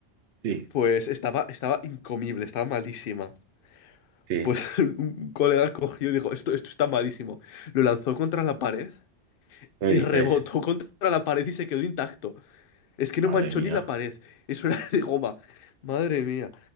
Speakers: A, on the right (about 70°); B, on the left (about 60°).
A: sí,
B: Pues estaba, estaba incomible, estaba malísima.
A: sí,
B: Pues <laughs> un un colega cogió y dijo, esto, esto está malísimo. Lo lanzó contra la pared
A: me
B: y
A: dices,
B: rebotó contra la pared y se quedó intacto. Es que
A: madre
B: no manchó
A: mía.
B: ni la pared, eso era <laughs> de goma. Madre mía,